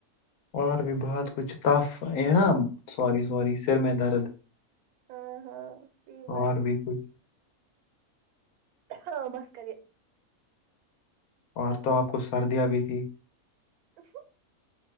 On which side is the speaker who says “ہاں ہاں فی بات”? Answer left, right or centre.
Right